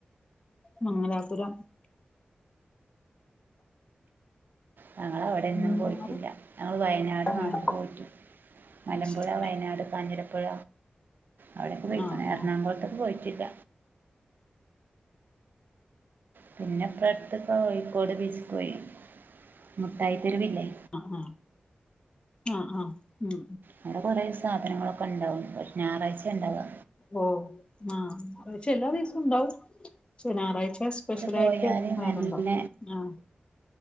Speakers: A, on the left; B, on the right.
A: മംഗലാപുരം
B: ഞങ്ങൾ അവിടെയന്നും
A: മൂന്നാറ്
B: പോയിട്ടില്ല ഞങ്ങൾ വയനാട്
A: ഏഹ്
B: മാത്രം പോയിട്ടു മലമ്പുഴ
A: അത് ശരി
B: വയനാട് കാഞ്ചിരപ്പുഴ അവിടെയൊക്കെ പോയിക്കുനു
A: ആഹ്
B: എറണാകുളത്തൊക്കെ പോയിട്ടില്ല പിന്നെ ഇപ്പടുത്ത് കോയിക്കോട് ബീച്ച്യിക്ക് പോയി മുട്ടായി തരുവില്ലേ
A: ആഹ് ആഹ ആഹ ആഹ് മ്
B: അവിടെ കുറെ സാധനങ്ങളൊക്കെ ഉണ്ടാവും പക്ഷെ ഞായറാഴ്ച ഉണ്ടാവ
A: ഓ ആഹ പക്ഷെ എല്ലാ ദിവസവും ഇണ്ടാവും ഞായറാഴ്ച സ്പെഷ്യല
B: പോയാല്
A: ആയിട്ട് വേറുണ്ടവും
B: നല്ല
A: ആ